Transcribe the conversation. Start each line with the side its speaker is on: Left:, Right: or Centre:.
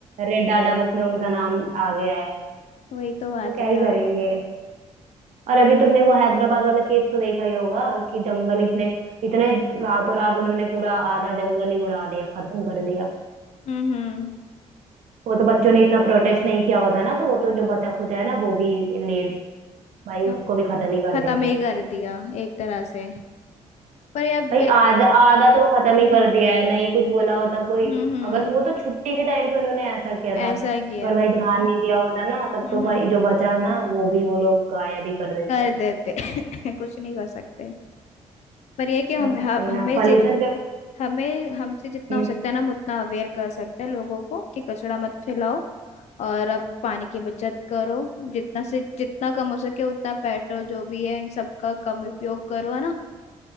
Right: रेड डाटा बुक में उनका नाम आ गया है
Left: वही तो बात
Right: तो क्या
Left: है
Right: ही
Left: यार
Right: करेंगे और अभी तुमने वो हैदराबाद वाला केस तो देखा ही होगा कि जंगल इतने इतने रातों रात उन्होंने पूरा आधा जंगल ही उड़ा दिया खत्म कर दिया
Left: हम्म
Right: वो तो बच्चों ने इतना प्रोटेस्ट नहीं किया होता ना तो वो तो जो बचा खुचा है ना वो भी ले भाई उसको
Left: हम्म
Right: भी खत्म ही कर
Left: खत्म
Right: देते
Left: ही कर दिया एक तरह से पर यार बे-
Right: भाई आधा आधा तो खत्म
Left: हम्म
Right: ही कर दिया है नहीं कुछ बोला होता कोई
Left: हम्म हम्म,
Right: अगर वो तो छुट्टी के टाइम पे उन्होंने ऐसा किया था
Left: ऐसा किया
Right: अगर भाई ध्यान नहीं दिया होता ना तब
Left: हम्म
Right: तो
Left: हम्म,
Right: भाई जो बचा ना वो भी वो लोग गायब ही कर देते
Left: कर देते <coughs> <laughs> कुछ नहीं कर सकते पर यह है कि हम
Right: भाई
Left: ह- हमें
Right: ना पॉल्यूशन
Left: जित
Right: पे
Left: हमें हमसे जितना
Right: हम्म,
Left: हो सकता है ना हम उतना अवेयर कर सकते हैं लोगों को कि कचरा मत फैलाओ और अब पानी की बचत करो जितना से जितना कम हो सके उतना पेट्रोल जो भी है इन सबका कम उपयोग करो है ना